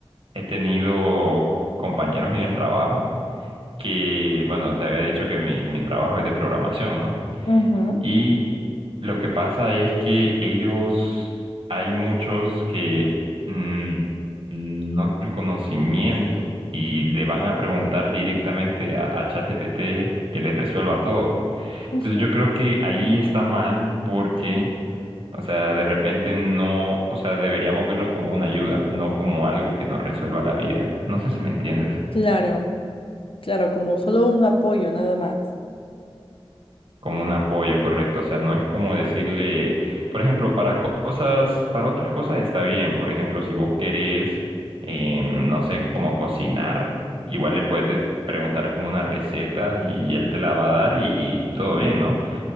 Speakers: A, on the right; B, on the left.
A: he tenido compañeros en el trabajo que, bueno, te había dicho que mi, mi trabajo es de programación, ¿no?
B: ujú,
A: Y lo que pasa es que ellos, hay muchos que mm, no tienen conocimiento y le van a preguntar directamente a, a ChatGPT que les resuelva todo.
B: ujú.
A: Entonces yo creo que ahí está mal porque, o sea, de repente no, o sea, deberíamos verlo como una ayuda, no como algo que nos resuelva la vida. No sé si me entiendes.
B: Claro, claro, como solo un apoyo nada más.
A: como un apoyo, correcto. O sea, no es como decirle, por ejemplo, para co- cosas, para otras cosas está bien. Por ejemplo, si vos querés, eh, no sé, como cocinar, igual le puedes de- preguntar como una receta y él te la va a dar y, y todo bien, ¿no?